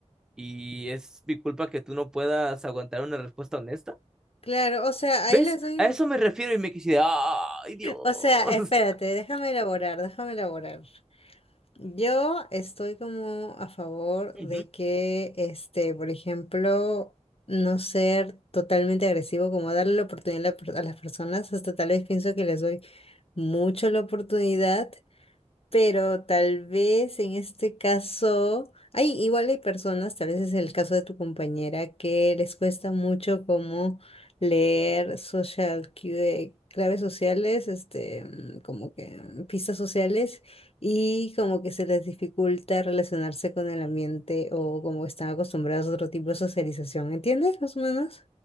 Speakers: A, in the centre; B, on the left.
A: y es mi culpa que tú no puedas aguantar una respuesta honesta.
B: Claro, o sea, ahí
A: ¿Ves?
B: les doy...
A: A eso me refiero y me quedé así de, ay, Dios.
B: O sea, espérate, déjame elaborar, déjame elaborar. Yo estoy como a favor
A: <laughs>
B: de que, este, por ejemplo, no ser totalmente agresivo, como darle la oportunidad a la per- a las personas, hasta tal vez pienso que les doy mucho la oportunidad pero tal vez en este caso, hay, igual hay personas, tal vez es el caso de tu compañera, que les cuesta mucho como leer social cue- claves sociales, este, mm, como que mm, pistas sociales, y como que se les dificulta relacionarse con el ambiente o como están acostumbrados a otro tipo de socialización. ¿Entiendes más o menos